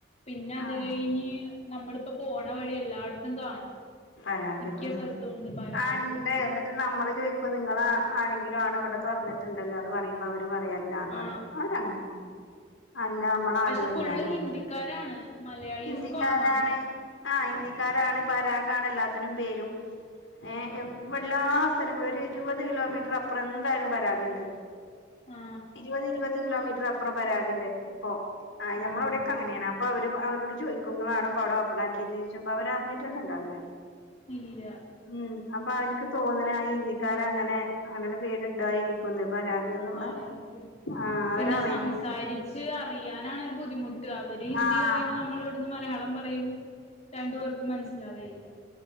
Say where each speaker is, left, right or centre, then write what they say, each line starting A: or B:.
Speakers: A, on the left; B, on the left.
A: പിന്നെ അത്
B: ആ
A: കഴിഞ്ഞ് നമ്മളിപ്പ പോണ വഴി എല്ലാടത്തും കാണാം
B: പരാഗ്
A: മിക്ക
B: ഉം
A: സ്ഥലത്തും ഉണ്ട് പരാഗും
B: ആഹ് ഇണ്ട് ആഹ് നമ്മള് ചോയ്ക്കും നിങ്ങള ആരെങ്കിലും ആണ് ഇവിടെ തൊറന്നിട്ടുണ്ടല്ലോന്ന് പറയുമ്പോ അവര് പറയും അ ല്ലാന്ന്
A: ആ
B: പറയും അവരങ്ങനെ പറയും അല്ലാ നമ്മളാരും
A: പക്ഷെ
B: അല്ലാന്ന്
A: ഫുള്ള് ഹിന്ദിക്കാരാണ്
B: പറയും
A: മലയാളീസ്
B: ഹിന്ദിക്കാരാണ്
A: കൊറവാണ്
B: ആഹ് ഹിന്ദിക്കാരാണ് പരാഗാണ് എല്ലാത്തിനും പേരും ഏഹ് എവ്വ്ല്ലാ സ്ഥലങ്ങളും ഒരു ഇരുപത് കിലോമീറ്ററർ അപ്പുറം എന്തായാലും പരാഗ്ണ്ട്
A: ആ
B: ഇരുപത് ഇരുപത് കിലോമീറ്റർ അപ്പുറം പരാഗ്ണ്ട് ഇപ്പൊ ആഹ്
A: ആ
B: ഞമ്മടിവ്ടെക്കെ അങ്ങനെയാണ് അപ്പൊ അവ ര് അവരോട് ചോദിക്കും ഇങ്ങളാണോ ഇപ്പവിടെ ഓപ്പൺ ആക്കിയേന്ന് ചോയ്ക്കുമ്പോ അവര് അറിഞ്ഞിട്ടന്നേണ്ടാവില്ല
A: ഇല്ല
B: ഉം അപ്പൊ അവനിക്ക് തോന്നണ് ആ ഹിന്ദിക്കാരങ്ങനെ അങ്ങനന്നെ പേര് ഇടുവായിരിക്കൂന്ന് പരാഗ് എന്നുള്ള
A: ആയിരിക്കും
B: ആഹ് അവരറിയൂല്ല
A: പിന്നെ സംസാരി ച്ച് അറിയാനാണൊരു ബുദ്ധിമുട്ട് അവര് ഹിന്ദി
B: ആഹ്
A: പറയുമ്പോ നമ്മള് ന്ന് മലയാളം പറയും രണ്ട് പേർക്കും മനസ്സിലാവേയില്ല